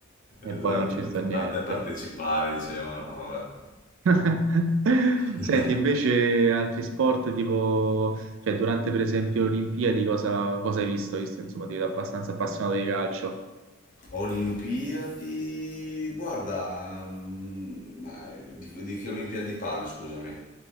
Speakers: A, on the right; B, on the left.
A: e
B: Esatto,
A: poi non ci
B: l'importante
A: sta niente.
B: è partecipare, dicevano. Vabbè.
A: <laughs>
B: <laughs>
A: Senti, invece altri sport tipo, cioè durante per esempio le Olimpiadi, cosa, cosa hai visto? Hai Visto, insomma, ti vedo abbastanza appassionato di calcio.
B: Olimpiadi, guarda, mm, ma eh, di, di che Olimpiadi parli, scusami?